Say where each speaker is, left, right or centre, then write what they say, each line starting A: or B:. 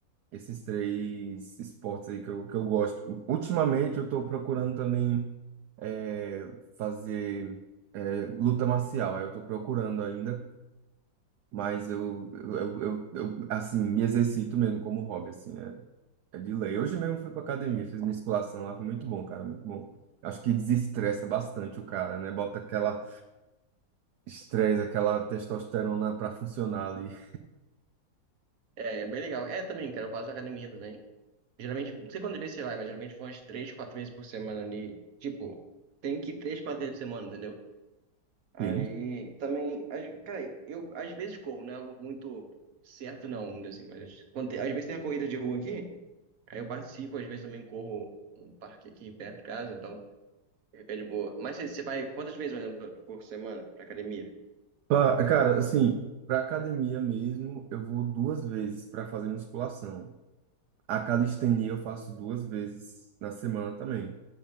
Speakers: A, on the right; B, on the right.
A: esses três esportes aí que eu, que eu gosto. Ultimamente, eu estou procurando também é, fazer é, luta marcial. Aí Eu estou procurando ainda, mas eu, eu, eu, eu- eu, assim, me exercito mesmo como hobby, assim, é, é de lei. Hoje mesmo eu fui para academia, fiz musculação lá, foi muito bom, cara, muito bom. Acho que desestressa bastante o cara, né? Bota aquela estresse, aquela testosterona para funcionar ali.
B: É, é bem legal. É, também, cara, eu faço academia também. Geralmente, não sei quando vez você vai, mas geralmente vou umas três, quatro vezes por semana ali. Tipo, tem que ir três, quatro vezes por semana, entendeu? Aí,
A: Sim.
B: também, às- cara, eu às vezes corro, não é algo muito certo não, ainda assim, mas quando tem- às vezes tem a corrida de rua aqui, Aí eu participo, às vezes também corro um parque aqui perto de casa, então fica de boa. Mas você, você vai quantas vezes, mais ou menos, por semana pra academia?
A: Pa- Cara, assim, pra academia mesmo, eu vou duas vezes para fazer musculação. A calistenia eu faço duas vezes na semana também,